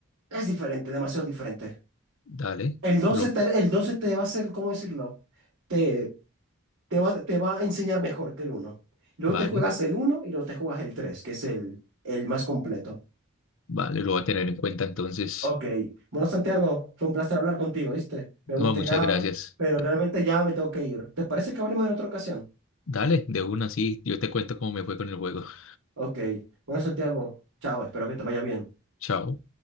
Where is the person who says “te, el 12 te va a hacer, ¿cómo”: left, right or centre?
Right